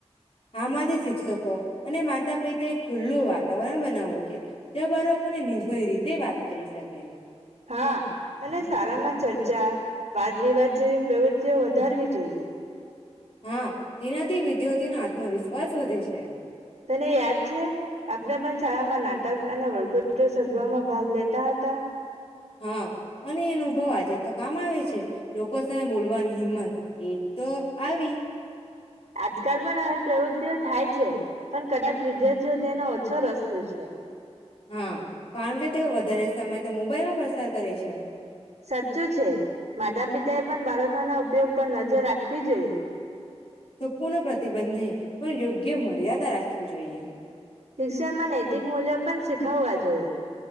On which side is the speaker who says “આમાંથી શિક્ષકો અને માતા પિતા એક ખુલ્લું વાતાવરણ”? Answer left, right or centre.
Left